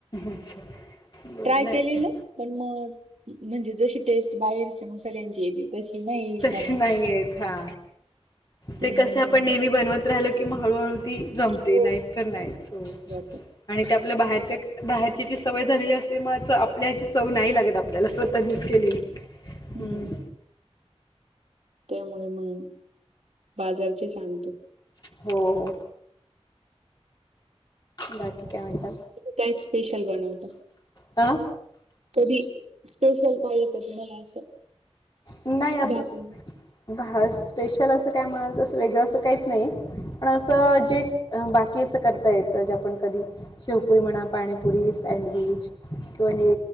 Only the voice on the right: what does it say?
ट्राय
केलेलं पण मग म्हणजे जशी टेस्ट बाहेरच्या मसाल्यांची येते तशी नाही
जमत
आता.
त्यामुळे
मग
मी
हो.
जातं.
हं.
त्यामुळे मग बाजारचीच आणतो
काही स्पेशल बनवता
कधी स्पेशल काय येतं तुम्हाला असं
भाजी.